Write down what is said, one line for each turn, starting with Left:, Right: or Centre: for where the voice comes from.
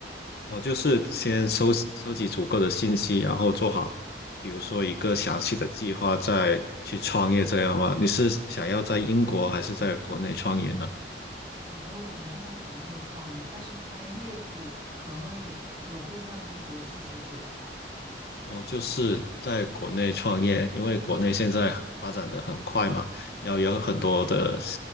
Left: 我就是先收收集足够的信息，然后做好，比如说一个详细的计划，再去创业这样吗？你是想要在英国还是在国内创业呢？
Right: 我觉得我肯定会在国内创业，但是它的业务可能会有部分跟国际接轨。
Left: 我就是在国内创业，因为国内现在发展的很快嘛，然后有很多的